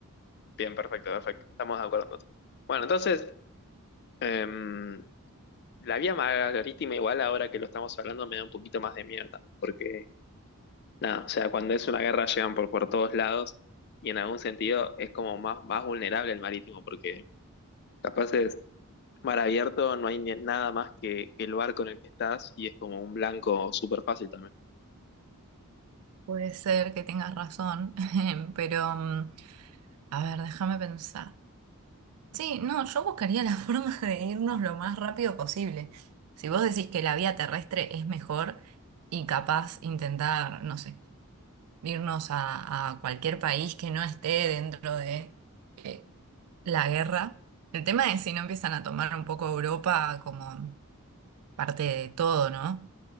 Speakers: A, on the left; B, on the right.
A: Bien, perfecto, perfecto. Estamos de acuerdo entonces. Bueno, entonces, em, la vía marítima igual ahora que lo estamos hablando me da un poquito más de miedo también, porque nada, o sea, cuando es una guerra llegan por, por todos lados y en algún sentido es como más, más vulnerable el marítimo, porque capaz es mar abierto, no hay ni- nada más que, que el barco en el que estás y es como un blanco súper fácil también.
B: Puede ser que tengas razón, <laughs> pero mm, a ver, déjame pensar. Sí, no, yo buscaría la <laughs> forma de irnos lo más rápido posible. Si vos decís que la vía terrestre es mejor y capaz intentar, no sé, irnos a, a cualquier país que no esté dentro de... eh, la guerra. El tema es si no empiezan a tomar un poco Europa como parte de todo, ¿no?